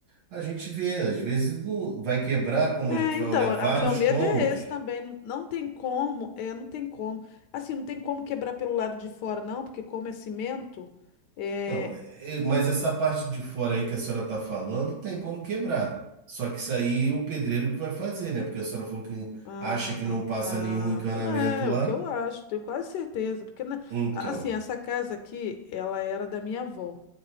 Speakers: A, on the right; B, on the left.
A: A gente vê, às vezes não vai quebrar, como
B: É,
A: a gente vai
B: então,
A: olhar vários
B: a- o meu medo
A: cômodos.
B: é esse também. Não não tem como, é, não tem como. Assim, não tem como quebrar pelo lado de fora, não, porque como é cimento, é.
A: Não, é- é- mas essa parte de fora aí que a senhora está falando tem como quebrar. Só que isso aí é o pedreiro que vai fazer, né? Porque a senhora falou que
B: Ah,
A: acha que não passa
B: tá.
A: nenhum encanamento
B: É,
A: lá.
B: o que eu acho, tenho quase certeza. Porque, na-
A: Então,
B: assim, essa casa aqui, ela era da minha avó,